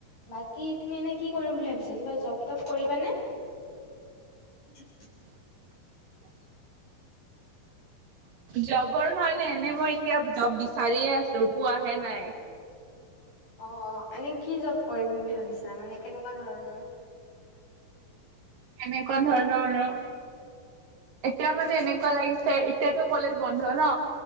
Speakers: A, on the left (about 55°); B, on the right (about 65°).
A: বাকী, তুমি এনে কি কৰিম বুলি ভাবিছা, কিবা জব তপ কৰিবানে? <unintelligible>
B: জবৰ কাৰণে এনে মই এতিয়া জব বিচাৰিয়ে আছো, পোৱাহে নাই।
A: অ', অ', এনেই কি জব কৰিম বুলি ভাবিছা মানে কেনেকুৱা ধৰণৰ
B: এনেকুৱা ধৰণৰ আৰু এতিয়া মানে এনেকুৱা লাগিছে। এতিয়াটো কলেজ বন্ধ ন,